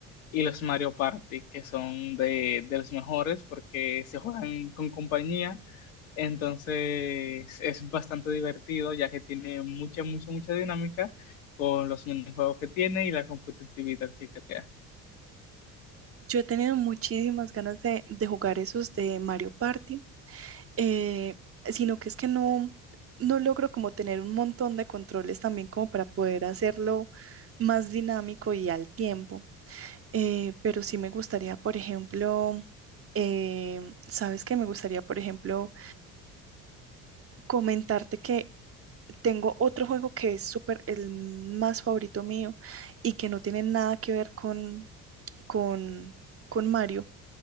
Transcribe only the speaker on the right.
yo he tenido muchísimas ganas de, de jugar esos de Mario Party, eh, sino que es que no, no logro como tener un montón de controles también como para poder hacerlo más dinámico y al tiempo. Eh, pero sí me gustaría, por ejemplo, eh, ¿sabes que Me gustaría, por ejemplo, comentarte que tengo otro juego que es súper, el más favorito mío y que no tiene nada que ver con, con, con Mario,